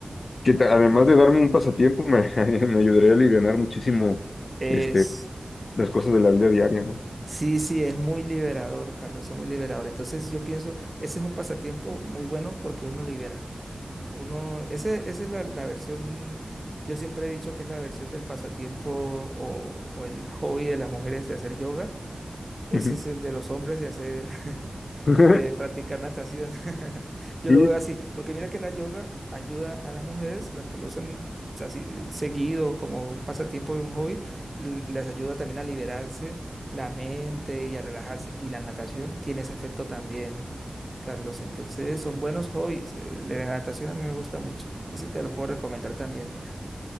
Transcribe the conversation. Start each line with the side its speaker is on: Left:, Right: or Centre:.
Left: que ta- además de darme un pasatiempo, me, <laughs> me ayudaría a alivianar muchísimo
Right: Es,
Left: este, las cosas de la vida diaria, ¿no?
Right: sí, sí, es muy liberador, Carlos, es muy liberador. Entonces yo pienso, ese es un pasatiempo muy bueno porque uno libera. Uno, ese, esa es la, la versión, yo siempre he dicho que es la versión del pasatiempo o, o el hobby de las mujeres de hacer yoga Ese
Left: Ujú.
Right: es el de los hombres de hacer, <laughs>
Left: <laughs>
Right: de practicar natación. <laughs> Yo
Left: Sí,
Right: lo veo así, porque mira que la yoga ayuda a las mujeres, las que lo usan así seguido como un pasatiempo y un hobby, l- les ayuda también a liberarse la mente y a relajarse. Y la natación tiene ese efecto también, Carlos. Entonces son buenos hobbies. Eh, La natación a mí me gusta mucho. Ese te lo puedo recomendar también, mira.